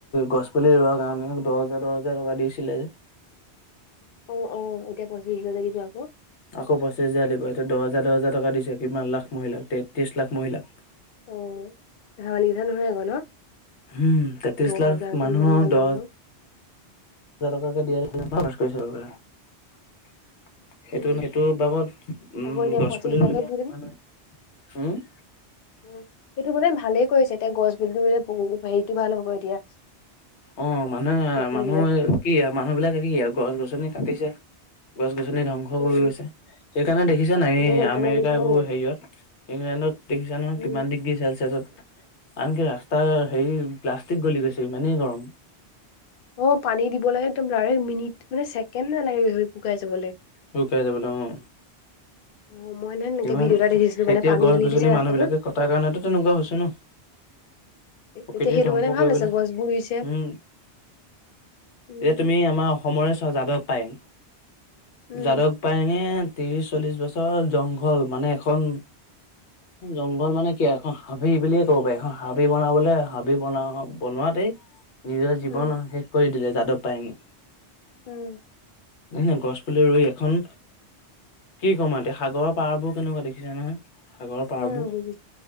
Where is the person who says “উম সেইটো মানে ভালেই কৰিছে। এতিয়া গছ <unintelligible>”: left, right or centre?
Left